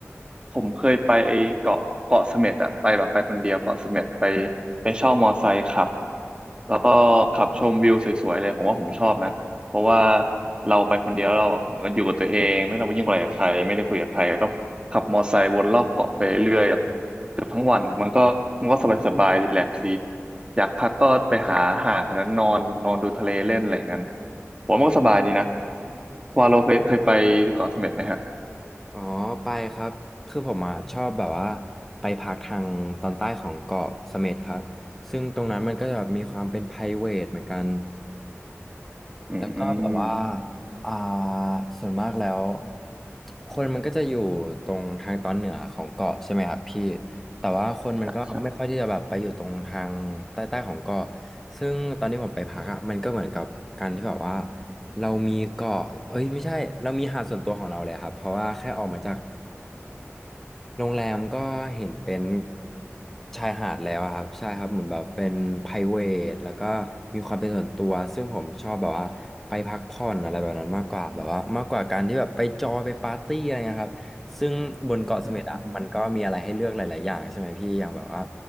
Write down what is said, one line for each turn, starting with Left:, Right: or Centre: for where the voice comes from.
Right: ผมเคยไปไอเกาะเกาะเสม็ดอะไปแบบไปคนเดียวเกาะเสม็ดไปไปเช่ามอไซค์ขับแล้วก็ขับชมวิวสวยๆเลยผมว่าผมชอบนะเพราะว่าเราไปคนเดียวเราเหมือนกับอยู่กับตัวเองไม่ต้องไปยุ่งอะไรกับใครไม่ได้คุยกับใครก็ขับมอไซค์วนรอบเกาะไปเรื่อย เกือบทั้งวันมันก็มันก็สบายสบายรีแลกซ์ดีอยากพักก็ไปหาหาดแถวนั้นนอนนอนดูทะเลเล่นอะไรอย่างนั้นผมว่ามันก็สบายดีนะว่าเราเคยเคยไปเกาะเสม็ดไหมฮะ
Centre: อ๋อไปครับคือผมอ่ะชอบแบบว่าไปพักทางตอนใต้ของเกาะเสม็ดครับซึ่งตรงนั้นมันก็จะแบบมีความเป็น private เหมือนกัน
Right: อืมอืม
Centre: แล้วก็แบบว่าอ่าส่วนมากแล้วคนมันก็จะอยู่ตรงทางตอนเหนือของเกาะใช่ไหมครับพี่แต่ว่าคนมันก็ไม่ค่อยที่จะแบบไปอยู่ตรงทางใต้ๆของเกาะ
Right: ใช่ใช่
Centre: ซึ่งตอนที่ผมไปพักอ่ะมันก็เหมือนกับการที่แบบว่าเรามีเกาะเอ้ยไม่ใช่เรามีหาดส่วนตัวของเราเลยครับเพราะว่าแค่ออกมาจาก โรงแรมก็เห็นเป็นชายหาดแล้วอะครับใช่ครับเหมือนแบบเป็นไ r รเ a ทแล้วก็มีความเป็นส่วนตัวซึ่งผมชอบแบบว่าไปพักผ่อนอะไรแบบนั้นมากกว่าแบบว่ามากกว่าการที่แบบไปจอยไปปาร์ตี้อะไรเงี้ยครับซึ่งบนเกาะเสม็ดอะมันก็มีอะไรให้เลือกหลายๆอย่างใช่ไหมพี่อย่างแบบว่า
Right: อืมอืม